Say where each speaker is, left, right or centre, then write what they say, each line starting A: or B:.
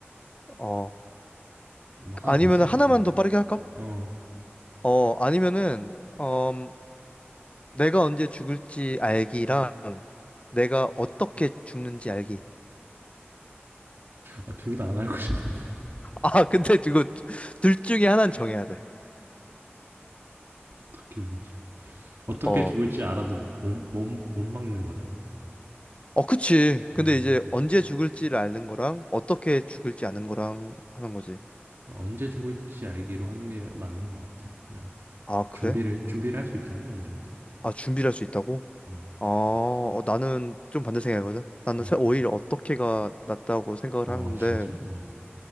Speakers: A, on the left; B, on the right.
A: 어.
B: 뭐나더
A: 아니면
B: 있어?
A: 하나만
B: 어.
A: 더 빠르게 할까?
B: 어.
A: 어, 아니면은, 음, 내가 언제 죽을지 알기랑 내가 어떻게 죽는지 알기.
B: 아 둘 다 안 알고 싶은데 <laughs>
A: <laughs> 아, 근데 이거 둘 중에 하나는 정해야 돼.
B: 어떻게 죽을지 알 어떻게
A: 어.
B: 죽을지 알아도 못 못 못 막는 거잖아.
A: 어, 그치.
B: 어.
A: 근데 이제 언제 죽을지를 아는 거랑 어떻게 죽을지 아는 거랑 하는 거지.
B: 언제 죽을지 알기로 하는 게 맞는 것 같아. 그냥
A: 아, 그래?
B: 준비를 준비를 할 수 있잖아 어느 정도.
A: 아, 준비를 할 수 있다고?
B: 음.
A: 아, 어, 나는 좀 반대 생각이거든. 나는
B: 음.
A: 사- 오히려 어떻게가 낫다고 생각을
B: 어
A: 하는데,
B: 진짜? 어.